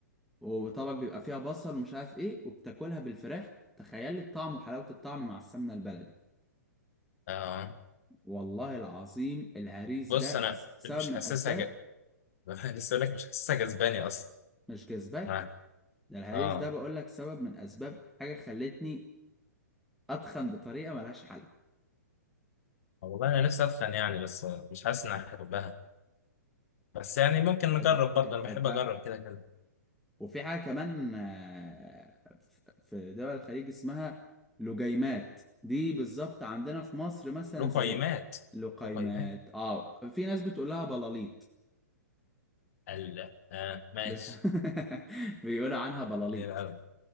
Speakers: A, in the centre; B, on the left (about 55°).
A: وطبعا بيبقى فيها بصل ومش عارف ايه وبتاكلها بالفراخ تخيل لي الطعم وحلاوه الطعم مع السمنه البلدي
B: آه
A: والله العظيم الهريس
B: بص
A: ده
B: انا
A: س- سبب
B: مش
A: من
B: حاسسها
A: اسباب
B: ج... <laughs> لسه اقول لك مش حاسسها جذباني اصلا
A: مش جذبك
B: اه
A: ده الهريس
B: اه
A: ده بقول لك سبب من اسباب حاجه خلتني اتخن بطريقه ملهاش حل
B: والله انا نفسي اتخن يعني بس مش حاسس اني احبها بس يعني ممكن نجرب
A: هت-
B: برضه
A: هتحبها
B: انا بحب اجرب كده كده
A: وفي حاجة كمان آه، ف- في دول الخليج اسمها لجيمات دي بالظبط عندنا في مصر مثلا
B: له
A: زي
B: قيمات
A: اللقيمات
B: له قيمات
A: اه في ناس بتقول لها بلاليط
B: ال اه ماشي
A: ب- <laughs> بيقولوا عنها بلاليط
B: حلو قوي